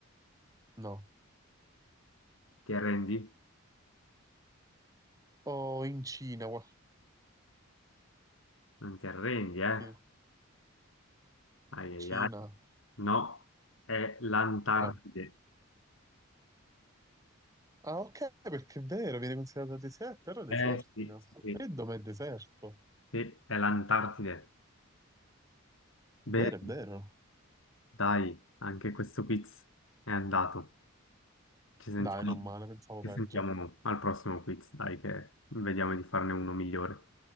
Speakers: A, on the right; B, on the left.
A: No.
B: Ti arrendi?
A: O in Cina, qual-
B: Non ti arrendi, eh?
A: sì.
B: Ai
A: Cina.
B: ai ai. No, è l'Antartide.
A: Vai. Ah, ok, perché è vero, viene considerato deserto, terra desertica.
B: Eh sì, sì, sì,
A: E dov'è deserto?
B: sì, è l'Antartide.
A: È
B: Beh,
A: vero, è vero.
B: dai, anche questo quiz è andato. Ci sentiamo,
A: Dai, non male, pensavo
B: ci
A: peggio.
B: sentiamo al prossimo quiz, dai, che vediamo di farne uno migliore.